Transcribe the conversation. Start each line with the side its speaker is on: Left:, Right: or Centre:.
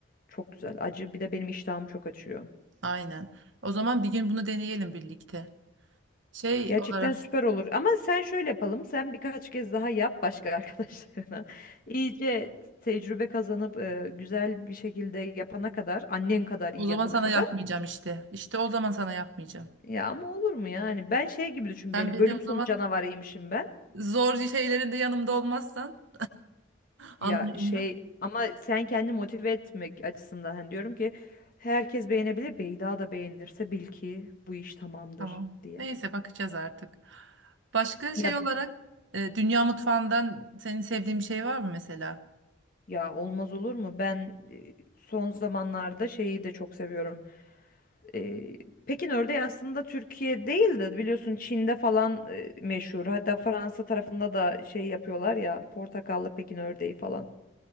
Left: çok güzel. Acı bir de benim iştahımı çok açıyor.
Right: Aynen. O zaman bir gün bunu deneyelim birlikte. Şey
Left: Gerçekten
Right: olarak
Left: süper olur. Ama sen şöyle yapalım. Sen birkaç kez daha yap başka arkadaşlarına. <laughs> İyice tecrübe kazanıp e, güzel bir şekilde yapana kadar, annen kadar iyi
Right: o zaman
Left: yapana
Right: sana
Left: kadar.
Right: yapmayacağım işte. İşte o zaman sana yapmayacağım.
Left: Ya ama olur mu yani? Ben şey gibi düşün
Right: Sen
Left: beni.
Right: beni
Left: Bölüm
Right: o zaman
Left: sonu canavarıymışım ben.
Right: zor şeylerinde yanımda olmazsan anlarım
Left: Ya şey ama sen kendi motive etmek açısından hani diyorum ki herkes beğenebilir. Beyda da beğenirse bil ki bu iş tamamdır
Right: Tamam.
Left: diye.
Right: Neyse bakacağız artık. Başka
Left: Ya
Right: şey olarak e, dünya mutfağından senin sevdiğin bir şey var mı mesela?
Left: ya olmaz olur mu? Ben e, son zamanlarda şeyi de çok seviyorum. Ee, Pekin ördeği aslında Türkiye değil de biliyorsun Çin'de falan e, meşhur. Hatta Fransa tarafında da şey yapıyorlar ya portakallı Pekin ördeği falan.